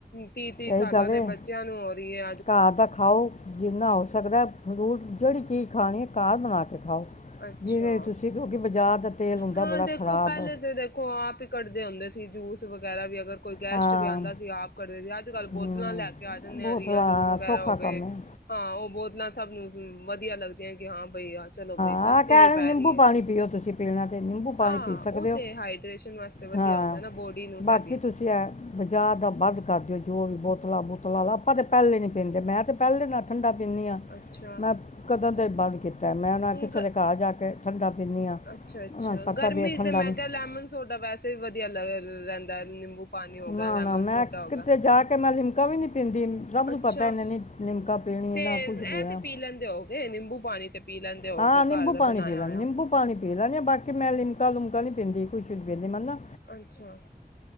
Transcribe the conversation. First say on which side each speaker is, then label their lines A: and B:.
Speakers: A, on the left; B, on the left.
A: ਤੀਹ -ਤੀਹ
B: ਸਹੀ
A: ਸਾਲਾਂ
B: ਗੱਲ
A: ਦੇ
B: ਹੈ
A: ਬੱਚਿਆਂ ਨੂੰ ਹੋ ਰਹੀ ਏ
B: ਘਰ ਦਾ ਖਾਓ ਜਿੰਨਾ ਹੋ ਸਕਦਾ। ਫਰੂਟ ਜਿਹੜੀ ਚੀਜ਼ ਖਾਣੀ ਖਾਹ ਬਣਾ ਕੇ ਖਾਓ
A: ਅੱਛਾ
B: ਜਿਵੇਂ ਤੁਸੀਂ ਕਿਉਂਕਿ ਬਾਜ਼ਾਰ ਦਾ ਤੇਲ ਹੁੰਦਾ
A: ਹਾਂ
B: ਬੜਾ
A: ਦੇਖੋ
B: ਖਰਾਬ
A: ਪਹਿਲੇ ਤਾਂ ਦੇਖੋ ਆਪ ਹੀ ਕੱਢਦੇ ਹੁੰਦੇ ਸੀ, ਜੂਸ ਵਗੈਰਾ ਵੀ ਅਗਰ ਕੋਈ ਗੈਸਟ
B: ਹਾਂ
A: ਵੀ ਆਉਂਦਾ ਸੀ ਆਪ ਘਰੇ ਸੀ ਅੱਜ ਕੱਲ
B: ਹਮ,
A: ਬੋਤਲਾਂ ਲੈ ਕੇ ਆ ਜਾਂਦੇ
B: ਬੋਤਲਾਂ
A: ਆ ਰੀਅਲ ਜੂਸ ਵਗੈਰਾ
B: ਸੌਖਾ
A: ਹੋ
B: ਕੰਮ
A: ਗਏ
B: ਹੈ
A: ਹਾਂ ਉਹ ਬਹੁਤ ਬੋਤਲਾਂ ਸਭ ਨੂੰ ਵਧੀਆ ਲੱਗਦੀਆਂ ਹਾਂ ਬਈ, ਆ ਚਲੋ ਬਈ ਸਸਤੀ
B: ਹਾਂ ਕਹਿਣ
A: ਵੀ ਪੈ
B: ਨਿੰਬੂ
A: ਰਹੀ
B: ਪਾਣੀ
A: ਹੈ
B: ਪੀਓ, ਤੁਸੀਂ ਪੀਣਾ ਅਤੇ ਨਿੰਬੂ ਪਾਣੀ
A: ਹਾਂ
B: ਪੀ ਸਕਦੇ
A: ਉਹ
B: ਹੋ
A: ਤੇ ਹਾਈਡ੍ਰੇਸ਼ਨ ਵਾਸਤੇ ਵਧੀਆ
B: ਹਾਂ।
A: ਹੁੰਦਾ ਨਾ ਬੋਡੀ ਨੂੰ ਸਾਡੀ
B: ਬਾਕੀ ਤੁਸੀਂ ਹੈ ਬਾਜ਼ਾਰ ਦਾ ਵੱਧ ਕਰ ਦਿਓ ਜੋ ਵੀ ਬਹੁਤ ਬੋਤਲਾ ਬੂਤਲਾ ਦਾ ਆਪਾਂ ਤਾਂ ਪਹਿਲੇ ਨੀ ਪੀਂਦੇ ਮੈਂ ਤੇ ਪਹਿਲੇ ਨਾਲ ਠੰਡਾ ਪੀਣੀ ਆ,
A: ਅੱਛਾ
B: ਮੈਂ ਕਦੋਂ ਦਾ ਈ ਬੰਦ ਅਤੇ ਮੈਂ ਉਹਨਾਂ
A: ਗ
B: ਕਿਸੇ ਦੇ ਘਰ ਜਾ ਕੇ ਠੰਡਾ ਪੀਂਦੀ ਆ
A: ਅੱਛਾ ਅੱਛਾ
B: ਉਹਨਾਂ ਨੂੰ ਪਤਾ
A: ਗਰਮੀ
B: ਵੀ ਇਹ ਠੰਡਾ
A: ਤੇ ਮੈਂ
B: ਨਹੀਂ
A: ਕਿਹਾ ਲੈਮਨ ਸੋਡਾ ਵੈਸੇ ਵੀ ਵਧੀਆ ਲੱਗਦਾ ਰਹਿੰਦਾ ਏ ਨਿੰਬੂ ਪਾਣੀ ਹੋ
B: ਨਾ
A: ਗਿਆ ਲੈਮਨ
B: ਨਾ ਮੈਂ
A: ਸੋਡਾ ਹੋ
B: ਕਿਤੇ
A: ਗਿਆ
B: ਜਾ ਕੇ ਮੈਂ ਲਿਮ ਕਦੀ ਨਹੀਂ ਪੀਂਦੀ ਸਭ ਨੂੰ
A: ਅੱਛਾ
B: ਪਤਾ ਇਹਨੇ ਨਹੀਂ ਲਿਮਕਾ ਪੀਣੀ
A: ਤੇ
B: ਨਾ
A: ਇਹ
B: ਕੁਝ ਪੀਣਾ
A: ਤੇ ਪੀ ਲੈਂਦੇ ਹੋਗੇ ਨਿੰਬੂ ਪਾਣੀ ਤੇ ਪੀ ਲੈਂਦੇ ਹੋਗੇ
B: ਹਾਂ ਨਿੰਬੂ
A: ਘਰ ਦਾ
B: ਪਾਣੀ
A: ਬਣਾਇਆ
B: ਪੀ ਲੈਦੇ
A: ਹੋਇਆ।
B: ਨਿੰਬੂ ਪਾਣੀ ਪੀ ਲੈਦੇ ਆ, ਬਾਕੀ ਕਿ ਮੈਂ ਲਿਮਕਾ ਲੁਮਕਾ ਨੀ ਪੀਦੀ ਕੁਛ ਜੀ ਨੀ ਮੰਨਦਾ
A: ਅੱਛਾ,